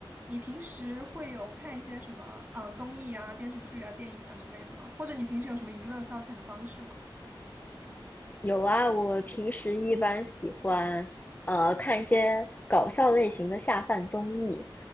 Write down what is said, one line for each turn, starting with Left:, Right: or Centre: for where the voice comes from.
Right: 你平时会有看一些什么呃综艺啊、电视剧啊、电影啊之类的吗？或者你平时有什么娱乐消遣的方式吗？
Left: 有啊，我平时一般喜欢呃看一些搞笑类型的下饭综艺，